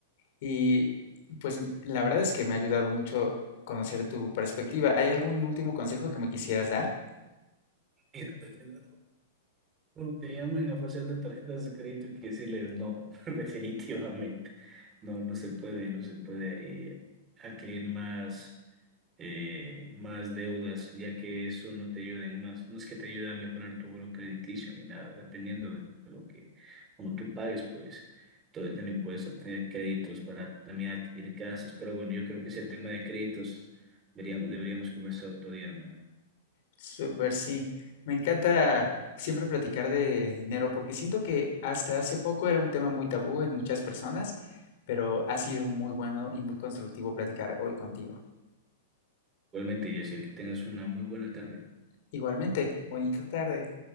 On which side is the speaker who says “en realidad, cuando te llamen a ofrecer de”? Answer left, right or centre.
Right